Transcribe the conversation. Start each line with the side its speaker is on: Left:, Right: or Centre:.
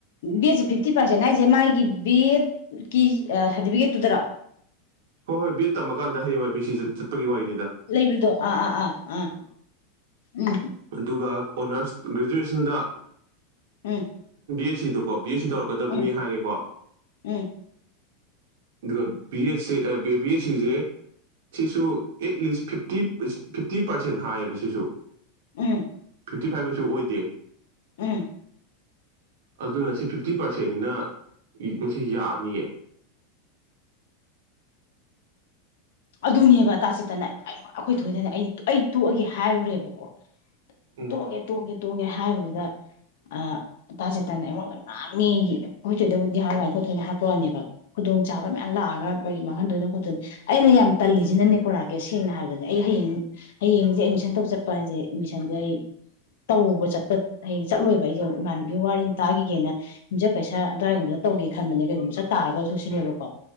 Left: ꯕꯦꯗꯁꯦ ꯐꯤꯐꯇꯤ ꯄꯥꯔꯁꯦꯟ ꯍꯥꯏꯖꯦ ꯃꯥꯏꯒꯤ ꯕꯦꯗ ꯀꯤ ꯁꯥꯔꯇꯤꯐꯤꯀꯦꯠꯇꯨꯗꯔꯣ
Right: ꯍꯣ ꯍꯣꯏ ꯕꯤ ꯑꯦꯗ ꯇꯝꯃꯀꯥꯟꯗ ꯍꯌꯦꯡꯋꯥꯏ ꯄꯤꯁꯤ ꯆꯠꯄꯒꯤ ꯋꯥꯔꯤ
Left: ꯂꯩꯕꯗꯣ ꯑꯥ ꯑꯥ ꯑꯥ ꯑꯥ ꯎꯝ
Right: ꯑꯗꯨꯒ ꯑꯣꯅꯔꯁ ꯒ꯭ꯔꯦꯖꯨꯑꯦꯁꯟꯗ
Left: ꯎꯝ
Right: <inaudible> ꯁꯤꯗꯣ ꯀꯣꯞ ꯕꯤ ꯑꯦꯗ ꯁꯨ ꯇꯧꯔꯛꯀꯗꯕꯅꯤ
Left: ꯎꯝ
Right: ꯍꯥꯏꯔꯦꯀꯣ
Left: ꯎꯝ
Right: ꯑꯗꯨꯒ ꯕꯤ ꯑꯦꯗ ꯁꯤ ꯑ ꯕꯤ ꯑꯦ ꯁꯤꯖꯦ ꯁꯤꯁꯨ at least fifty fifty percent ꯍꯥꯏꯌꯦꯕ ꯁꯤꯁꯨ
Left: ꯎꯝ
Right: ꯐꯤꯐꯇꯤ ꯐꯥꯏꯚꯑꯁꯨ ꯑꯣꯏꯗꯦ
Left: ꯎꯝ
Right: ꯑꯗꯨꯅ ꯁꯤ ꯐꯤꯞꯇꯤ ꯄꯥꯔꯁꯦꯟꯅꯤꯅ ꯏ ꯁꯤ ꯌꯥꯅꯤꯌꯦ
Left: ꯑꯗꯨꯅꯦꯕ ꯇꯥꯆꯦꯇꯟꯅ ꯑꯩ ꯑꯩꯈꯣꯏ ꯊꯣꯏꯗꯅ ꯑꯩ ꯑꯩ ꯇꯣꯛꯑꯒꯦ ꯍꯥꯏꯔꯨꯔꯦꯕꯀꯣ
Right: ꯎꯝ
Left: ꯇꯣꯛꯑꯒꯦ ꯇꯣꯛꯑꯒꯦ ꯇꯣꯛꯑꯒꯦ ꯍꯥꯏꯕꯗꯨꯗ ꯑ ꯇꯥꯆꯦꯠꯇꯟꯅ ꯑꯩꯉꯣꯟꯗ ꯉꯥꯡꯉꯦꯌꯦ ꯑꯩꯈꯣꯏ ꯊꯣꯏꯗꯕꯨꯗꯤ ꯍꯥꯏꯔꯣꯏ ꯑꯩꯈꯣꯏ ꯊꯣꯏꯅ ꯍꯥꯄꯛꯄ ꯋꯥꯅꯦꯕ ꯈꯨꯗꯣꯡ ꯆꯥꯕ ꯃꯌꯥꯝ ꯂꯥꯛꯑꯒ ꯀꯩꯒꯤ ꯃꯥꯡꯍꯟꯗꯣꯏꯅ ꯈꯣꯠꯇꯣꯏꯅ ꯑꯩꯅ ꯌꯥꯝ ꯇꯜꯂꯤꯖꯤꯅꯅꯦꯀꯣ ꯔꯥꯀꯦꯁ ꯁꯦꯡꯅ ꯍꯥꯏꯔꯕꯗꯅꯦ ꯑꯩ ꯍꯌꯦꯡ ꯍꯌꯦꯡꯖꯦ ꯑꯦꯃꯤꯁꯟ ꯇꯧ ꯆꯠꯄ ꯍꯥꯏꯖꯦ ꯑꯦꯃꯤꯁꯟꯖꯦ ꯑꯩ ꯇꯧꯕ ꯆꯠꯄ ꯍꯌꯦꯡ ꯆꯠꯂꯣꯏꯕ ꯑꯩꯖꯦ ꯏꯃꯥꯟꯅꯕꯤ ꯋꯥꯔꯤ ꯑꯃ ꯇꯥꯒꯤꯒꯦꯅ ꯌꯨꯝꯖꯀꯩꯁ ꯑꯗꯥꯏꯒꯨꯝꯕꯗ ꯇꯧꯒꯦ ꯈꯟꯕꯅꯦ ꯀꯩꯒꯨꯝꯕ ꯆꯠ ꯇꯥꯔꯒꯁꯨ ꯁꯤꯅꯦꯕꯀꯣ